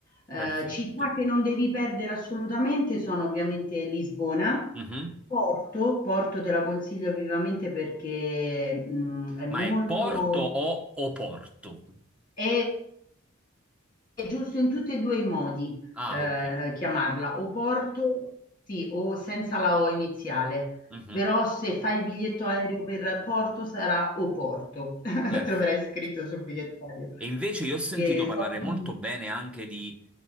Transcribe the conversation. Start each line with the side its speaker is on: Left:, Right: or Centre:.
Left: Eh,
Centre: perfetto.
Left: città che non devi perdere assolutamente sono ovviamente Lisbona,
Centre: Mhm.
Left: Porto, Porto te la consiglio vivamente perché mh, è molto,
Centre: Ma è Porto o Oporto?
Left: è, è giusto in tutti e due i modi
Centre: Ah,
Left: eh,
Centre: ok.
Left: chiamarla, o Porto, sì, o senza la O iniziale.
Centre: Mhm.
Left: Però se fai il biglietto aereo per Porto sarà o Porto, <laughs>
Centre: Perfetto.
Left: troverai scritto sul biglietto aereo.
Centre: E invece io ho sentito
Left: E
Centre: parlare
Left: sono-
Centre: molto bene anche di,